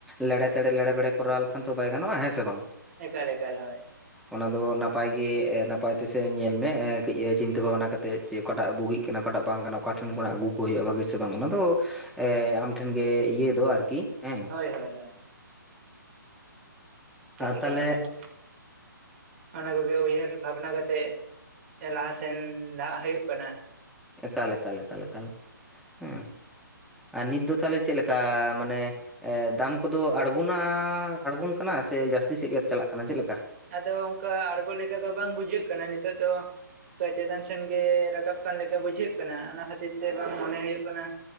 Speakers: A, in the centre; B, on the right.
A: ᱞᱮᱲᱮ ᱛᱮᱲᱮ ᱞᱮᱲᱮ ᱵᱮᱲᱮ ᱠᱚᱨᱟᱣ ᱞᱮᱠᱷᱟᱱ ᱛᱚ ᱵᱟᱭ ᱜᱟᱱᱚᱜᱼᱟ ᱦᱮᱸ ᱥᱮ ᱵᱟᱝ?
B: ᱮᱠᱟᱞ ᱮᱠᱟᱞ ᱦᱳᱭ।
A: ᱚᱱᱟ ᱫᱚ ᱱᱟᱯᱟᱭ ᱜᱮ ᱱᱟᱯᱟᱭ ᱛᱮᱥᱮ ᱧᱮᱞ ᱢᱮ ᱠᱟᱹᱡ ᱤᱭᱟᱹ ᱪᱤᱱᱛᱟᱹ ᱵᱷᱟᱵᱱᱟ ᱠᱟᱛᱼᱼ ᱮᱫ ᱪᱮᱫ ᱚᱠᱟᱴᱟᱜ ᱵᱩᱜᱤᱜ ᱠᱟᱱᱟ ᱚᱠᱟᱴᱟᱜ ᱵᱩᱜᱤᱜ ᱠᱟᱱᱟ ᱚᱠᱟᱴᱟᱜ ᱵᱟᱝ ᱠᱟᱱᱟ ᱚᱠᱟ ᱴᱷᱮᱱ ᱠᱷᱚᱱᱟᱜ ᱟᱹᱜᱩ ᱠᱚ ᱦᱩᱭᱩᱜᱼᱟ ᱵᱷᱟᱜᱤ ᱥᱮ ᱵᱟᱝ ᱚᱱᱟ ᱫᱚ ᱮ ᱟᱢ ᱴᱷᱮᱱ ᱜᱮ ᱤᱭᱟᱹ ᱫᱚ ᱟᱨᱠᱤ ᱦᱮᱸ
B: ᱦᱚᱭ ᱦᱚᱭ ᱦᱚᱭ।
A: ᱟᱨ
B: ᱮᱠᱟᱞ
A: ᱛᱟᱦᱞᱮ
B: ᱚᱱᱟ ᱠᱚ ᱚᱱᱟ ᱠᱚᱜᱮ ᱩᱭᱦᱟᱹᱨ ᱵᱷᱟᱵᱱᱟ ᱠᱟᱛᱮᱫ ᱞᱟᱦᱟᱥᱮᱱ ᱞᱟᱦᱟᱜ ᱦᱩᱭᱩᱜ ᱠᱟᱱᱟ।
A: ᱮᱠᱟᱞ ᱮᱠᱟᱞ ᱮᱠᱟᱞ ᱮᱠᱟᱞ ᱦᱮᱸ, ᱟᱨ ᱱᱤᱛ ᱫᱚ ᱛᱟᱦᱚᱞᱮ ᱪᱮᱫ ᱞᱮᱠᱟ ᱢᱟᱱᱮ ᱮ ᱫᱟᱢ ᱠᱚᱫᱚ ᱟᱬᱜᱚᱱᱟ ᱟᱬᱜᱚᱱ ᱠᱟᱱᱟ ᱥᱮ ᱡᱟᱹᱥᱛᱤ ᱥᱮᱫ ᱜᱮ ᱪᱟᱞᱟᱜ ᱠᱟᱱᱟ ᱪᱮᱫ ᱞᱮᱠᱟ?
B: ᱟᱫᱚ ᱚᱱᱠᱟ ᱟᱬᱜᱚ ᱞᱮᱠᱟ ᱫᱚ ᱵᱟᱝ ᱵᱩᱡᱷᱟᱹᱜ ᱠᱟᱱᱟ ᱱᱤᱛᱚᱜ ᱫᱚ ᱠᱟᱹᱡ ᱪᱮᱛᱟᱱ ᱥᱮᱱ ᱜᱮ ᱨᱟᱠᱟᱵ ᱠᱟᱱ ᱞᱮᱠᱟ ᱵᱩᱡᱷᱟᱹᱜ ᱠᱟᱱᱟ ᱚᱱᱟ ᱠᱷᱟᱹᱛᱤᱨ ᱛᱮ ᱵᱟᱝ ᱢᱚᱱᱮ ᱦᱩᱭᱩᱜ ᱠᱟᱱᱟᱼᱼ